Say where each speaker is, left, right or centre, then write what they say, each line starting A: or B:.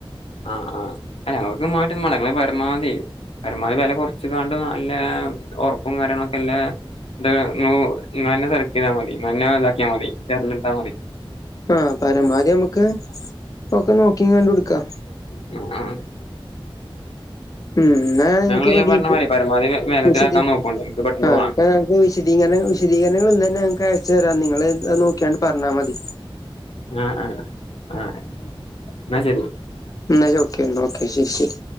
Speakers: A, on the left; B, on the left.
A: ആഹ് ആഹ് ഞക്ക് മാറ്റൊന്നു മാണ്ട ഞങ്ങള് പരമാതി പരമാവതി വെല കൊറച്ച് കാണ്ട് നല്ല ഒറപ്പും കാര്യങ്ങളൊക്കെല്ലെ ണ്ട്ന്നു ഇങ്ങളെന്നെ സെലക്ട് ചെയ്താ മതി ഇങ്ങളന്നെ താക്കിയാ മതി എറിഞ്ഞ്ട്ടാ മതി
B: ആഹ് പരമാവധി അമ്മക്ക് ഒക്കെ നോക്കി കണ്ടുട്ക്ക
A: <unintelligible>
B: ഉം ന്നാ ഇന്ക്ക്പ്പ
A: ഞങ്ങള് ഞാൻ
B: ടി
A: പറഞ്ഞ മാതിരി പരമാവധി വേഗത്തിലാക്കാൻ
B: വിശതി
A: നോക്കോണ്ടി നമുക്ക് പെട്ടെന്ന്
B: ആ
A: വാണം
B: പ്പ വിശദീകരണങ്ങൾ വിശദീകരണങ്ങള് ഇന്ന് തന്നെങ്ങക്ക് അയച് തരാ നിങ്ങള് നോക്കിയാണ്ട് പറഞ്ഞ മതി
A: ആഹ് ആഹ് ആഹ് എന്നാ ശെരി
B: നാഴ് ഓക്കെ എന്ന ഓക്കെ ശെരി ശെരി